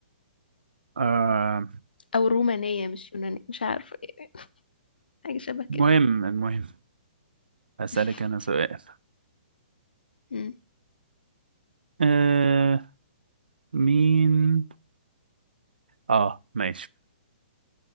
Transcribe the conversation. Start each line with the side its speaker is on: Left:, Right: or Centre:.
Right: آه
Left: او رومانية مش يونانية مش عارفة إيه، حاجة شبه كده
Right: المهم المهم هسألك
Left: <laughs>
Right: أنا سؤال
Left: مم.
Right: آه مين آه ماشي